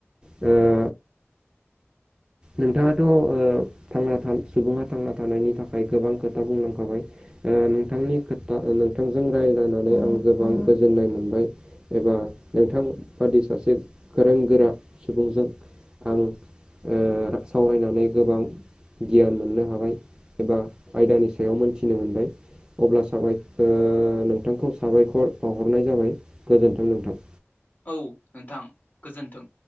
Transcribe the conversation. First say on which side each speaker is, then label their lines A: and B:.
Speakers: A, on the right; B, on the left.
A: ओ नोंथाङाथ' ओ थांना था सुबुङा थांना थानायनि थाखाय गोबां खोथा बुंलांखाबाय। ओ नोंथांनि खोथा नोंथांजों रायज्लायनानै आं गोबां गोजोननाय मोनबाय। एबा नोंथां बादि सासे गोरों गोरा सुबुंजों आं ओ सावरायनानै गोबां गियान मोननो हाबाय एबा आयदानि सायाव मोनथिनो मोनबाय। अब्ला साबाय ओ नोंथांखौ साबायखर बावहरनाय जाबाय गोजोन्थों नोंथां।
B: औ नोंथां गोजोन्थों।